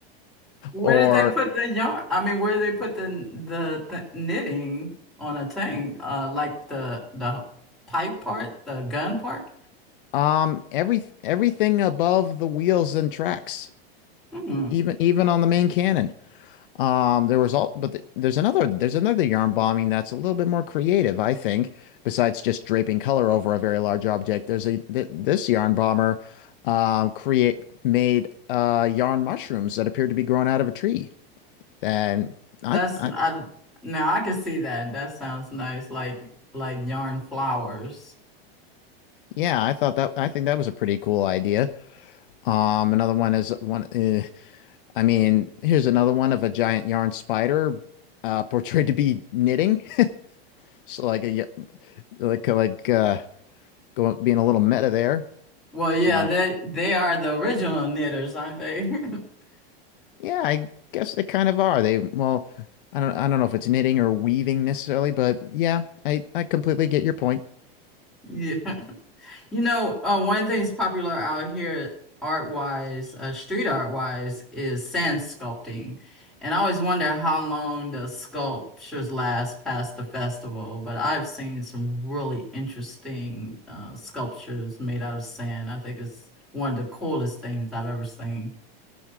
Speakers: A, in the centre; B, on the left.
A: <laughs> Where
B: or
A: did they put the yarn? I mean, where did they put the the th knitting on a thing? Uh, like the the pipe part, the gun part?
B: um every everything above the wheels and tracks,
A: Hmm.
B: even even on the main cannon. Um, there was all, but th there's another there's another yarn bombing that's a little bit more creative, I think. Besides just draping color over a very large object, there's a th this yarn bomber um, create made uh, yarn mushrooms that appeared to be grown out of a tree, and I,
A: That's
B: I
A: I now I can see that. That sounds nice, like like yarn flowers.
B: yeah, I thought that I think that was a pretty cool idea. Um, another one is one. eh, I mean, here's another one of a giant yarn spider uh, portrayed to be knitting, <laughs> so like a y- like like uh, going being a little meta there.
A: Well, yeah,
B: Uh,
A: they they are the original knitters, aren't they? <laughs>
B: yeah, I guess they kind of are. They, well, I don't, I don't know if it's knitting or weaving necessarily, but yeah, I, I completely get your point.
A: Yeah. You know, uh, one of the things popular out here art wise, uh, street art wise, is sand sculpting. And I always wonder how long the sculptures last past the festival, but I've seen some really interesting uh, sculptures made out of sand. I think it's one of the coolest things I've ever seen.